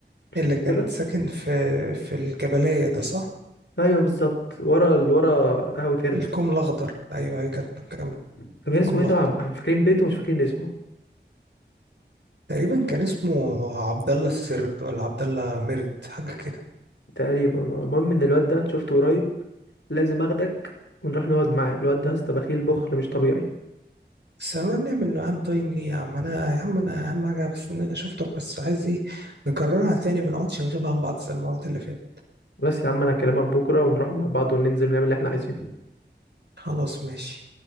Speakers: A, on the left; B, on the right.
A: افتكر
B: اللي كان
A: كده
B: ساكن في في الجبلاية ده صح
A: ايوه بالظبط ورا اللي ورا قهوة قرد
B: الكوم الاخضر ايوه هي كانت جنب
A: طب كان
B: الكوم
A: اسمه
B: الاخضر
A: ايه طبعا احنا فاكرين بيته مش فاكرين اسمه
B: تقريبا كان اسمه عبد الله السرد ولا عبد الله مرد حاجة كده
A: تقريبا المهم ان الواد ده شفته قريب لازم اخدك ونروح نقعد معاه الواد ده يا اسطى بخيل بخل مش طبيعي
B: بس هنروح نعمل نوعان طاين ليه يا عم انا يا عم انا اهم حاجة بس ان انا شفتك بس عايز ايه نكررها تاني ما نقعدش نغيبها عن بعض زي المرات اللي فاتت
A: بس يا عم انا هكلمك بكره ونروح مع بعض وننزل نعمل اللي احنا عايزينه
B: خلاص ماشي